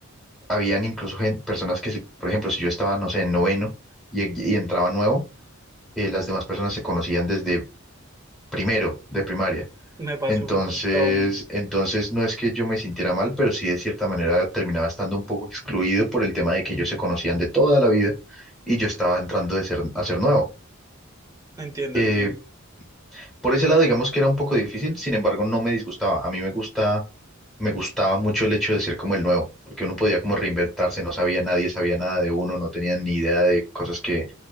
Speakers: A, in the centre; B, on the right.
A: habían incluso gen- personas que, se- por ejemplo, si yo estaba, no sé, en noveno y, y entraba nuevo, eh, las demás personas se conocían desde primero de primaria.
B: Me pasó
A: Entonces,
B: un montón.
A: entonces no es que yo me sintiera mal, pero sí de cierta manera terminaba estando un poco excluido por el tema de que ellos se conocían de toda la vida y yo estaba entrando de ser, a ser nuevo.
B: Entiendo,
A: Eh,
B: entiendo.
A: por ese lado, digamos que era un poco difícil, sin embargo, no me disgustaba. A mí me gusta, me gustaba mucho el hecho de ser como el nuevo, porque uno podía como reinventarse, no sabía nadie, sabía nada de uno, no tenía ni idea de cosas que,